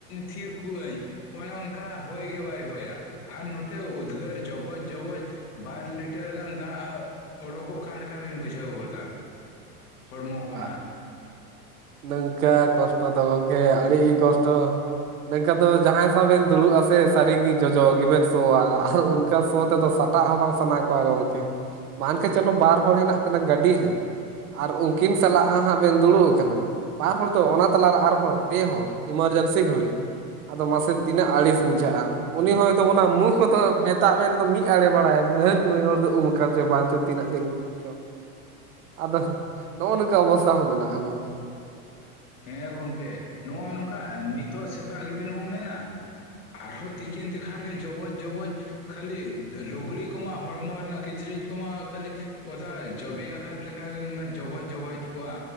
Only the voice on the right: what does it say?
ᱟ ᱱᱚᱝᱠᱟ ᱠᱚᱥᱴᱚ ᱫᱚ ᱜᱚᱢᱠᱮ ᱟᱹᱰᱤᱜᱮ ᱠᱚᱥᱴᱚ᱾ ᱱᱤᱝᱠᱟ ᱫᱚ ᱡᱟᱦᱟᱸᱭ ᱥᱟᱶ ᱵᱮᱱ ᱫᱩᱲᱩᱵ ᱟᱥᱮ ᱥᱟᱹᱨᱤᱜᱮ ᱡᱚᱡᱚ ᱜᱮᱵᱮᱱ ᱥᱚᱣᱟ ᱟᱨ ᱚᱱᱠᱟ ᱥᱚ ᱛᱮᱫᱚ ᱥᱟ ᱦᱟᱴᱟᱜ ᱦᱚᱸ ᱵᱟᱝ ᱥᱟᱱᱟ ᱠᱚᱣᱟ ᱜᱚᱝᱠᱮ ᱢᱟᱱ ᱠᱷᱮᱡ ᱪᱚᱞᱚ ᱵᱟᱨ ᱦᱚᱲ ᱦᱮᱱᱟᱜ ᱠᱤᱱᱟ ᱜᱟᱹᱰᱤ ᱨᱮᱼᱼ ᱟᱨ ᱩᱱᱠᱤᱱ ᱥᱟᱞᱟᱜ ᱦᱟᱸᱜ ᱵᱮᱱ ᱫᱩᱲᱩᱵ ᱟᱠᱟᱱᱟ ᱵᱟᱨ ᱦᱚᱲ ᱫᱚ ᱚᱱᱟ ᱛᱟᱞᱟᱨᱮ ᱟᱨᱦᱚᱸ ᱯᱮ ᱦᱚᱲ ᱮᱢᱟᱨᱡᱮᱱᱥᱤ ᱜᱷᱟᱹᱲᱤᱡ ᱟᱫᱚ ᱢᱟᱥᱮ ᱛᱤᱱᱟᱹᱜ ᱟᱹᱲᱤᱥ ᱵᱩᱡᱷᱟᱹᱜᱼᱟ, ᱩᱱᱤ ᱦᱚᱭ ᱛᱚ ᱚᱱᱟ ᱢᱩ ᱠᱚᱫᱚ ᱢᱮᱛᱟᱜ ᱢᱮᱱ ᱢᱤᱫ ᱟᱲᱮ ᱵᱟᱲᱟᱭ ᱢᱮᱱ ᱦᱟᱹᱨ ᱱᱩᱭ ᱦᱚᱲ ᱫᱚ ᱩᱢ ᱟᱠᱟᱱ ᱪᱚ ᱵᱟᱝ ᱪᱚ ᱛᱤᱱᱟᱹᱜ ᱫᱤᱱ ᱪᱚᱝ ᱟᱫᱚ ᱱᱚᱜᱼᱚ ᱱᱚᱝᱠᱟ ᱚᱵᱚᱥᱛᱟ ᱦᱚᱸ ᱢᱮᱱᱟᱜᱼᱟ ᱜᱚᱝᱠᱮ᱾